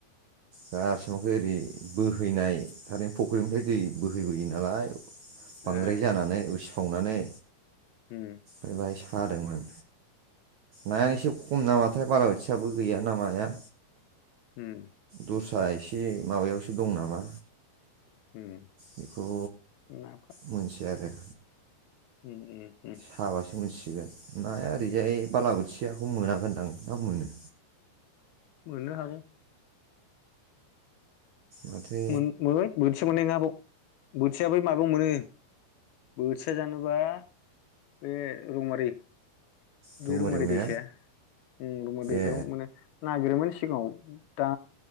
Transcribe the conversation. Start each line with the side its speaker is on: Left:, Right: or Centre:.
Right: गारसोमाखौ ओरै बोहैनाय थारै फख्रिनिफ्राय दै बोहैबोयो नालाय। बांद्राय
Left: ए
Right: जानानै उसिफावनानै।
Left: उम।
Right: ओमफ्राय बेहाय सादोंमोन। नायानो एसे खम नामाथाय बालाबोथियाबो गैयाना माया।
Left: उम।
Right: दस्रा एसे माबायावसो दं नामा।
Left: उम
Right: बेखौ
Left: नाफा
Right: मोनथिया आरो।
Left: <unintelligible>
Right: हाबासो मोनसिगोन नाया ओरैजाय बाला बोथियाखौ मोनागोनदां ना मोनो?
Left: मोननो हागौ।
Right: माथो
Left: मोन <unintelligible> बोथिया मोननाय नङा बाव बोथिया बै माबायाव मोनो बोथिया जानोबा बे रौमारि
Right: दमोरियाव
Left: बे रौमारि
Right: ने
Left: दैसाया उम रौमारि दैसायाव
Right: ए
Left: मोनो। नागिरोमोन सिगाङाव दा